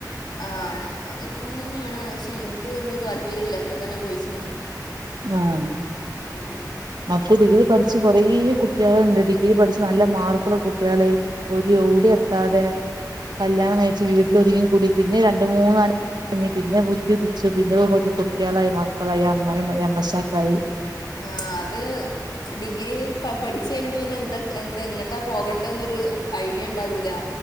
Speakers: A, on the left (about 80°); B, on the right (about 75°).
A: ആഹ് അതൊക്കെ അങ്ങനെ തന്നെയാണ് ക്ഷെ ൻക്ക് എന്തോ താല്പര്യല്ല ഇപ്പൊ തന്നെ പോയ്സ്നെ
B: ആഹ്
A: ഉം
B: അപ്പ ഡിഗ്രി പഠിച്ച കൊറേ കുട്ട്യേള്ണ്ട് ഡിഗ്രി പഠിച്ച് നല്ല മാർക്ക്ള്ള കുട്ട്യേള് ഒരു യൊവ്ടി എത്താതെ കല്യാണം കയ്ച്ച് വീട്ടിലൊത്ങ്ങി കൂടി പിന്നെ രണ്ട് മൂന്നാല് പിന്നെ ബുദ്ധി ഉതിച്ചു പിന്നെ <unintelligible> കുട്ട്യാളായ് മക്കളായ് അമ്മയ്മ്മായ് അമ്മാേശക്കായി
A: ആഹ് അത് ഡിഗ്രി ക പഠിച്ച് കയ്ഞ്ഞിട്ട് പിന്നെ എന്താ എന്താ എങ്ങട്ടാ പോകേണ്ടെന്നെരു ഐഡിയണ്ടാകൂലാ